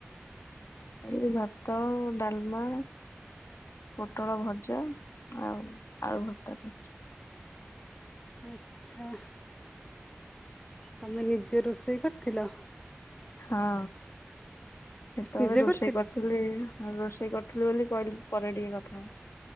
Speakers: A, on the left; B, on the left.
A: ଆ ଭାତ, ଡାଲମା ପୋଟଳ ଭଜା, ଆଉ ଆଳୁ ଭର୍ତା କିଛି
B: ଆଛା, ତମେ ନିଜେ ରୋଷେଇ କରିଥିଲ?
A: ହଁ, ସେତେବେଳେ
B: ନିଜେ
A: ରୋଷେଇ
B: କରିଥିଲ?
A: କରିଥିଲି, ଆ ରୋଷେଇ କରି ଥିଲୁ ବୋଲି, କହିଲି ପରେ ଟିକେ କଥା